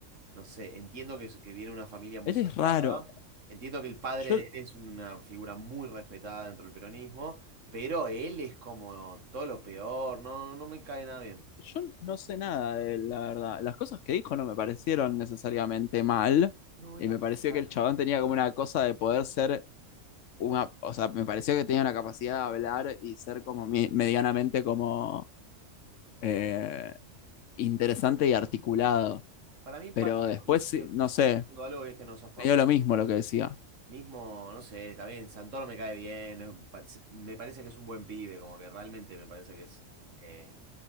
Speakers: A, on the right; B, on the left.
A: no sé, entiendo que, es- que viene una familia muy
B: Él
A: zarpada,
B: es raro.
A: entiendo que el padre
B: Yo
A: de él es una figura muy respetada dentro del peronismo, pero él es como todo lo peor, no, no me cae nada bien.
B: Yo no sé nada de él, la verdad. Las cosas que dijo no me parecieron necesariamente mal.
A: No, él...
B: Y me pareció
A: ah,
B: que el
A: no.
B: chabón tenía como una cosa de poder ser una. O sea, me pareció que tenía una capacidad de hablar y ser como mi- medianamente como eh, interesante y articulado.
A: Para mí pasa
B: Pero
A: algo
B: después,
A: que sigue,
B: sí, no
A: sigue
B: sé,
A: pasando algo y es que no zafa
B: me dio
A: uno.
B: lo mismo lo que decía.
A: Mismo, no sé, también Santoro me cae bien, es un pa- se- me parece que es un buen pibe, como que realmente me parece que es eh,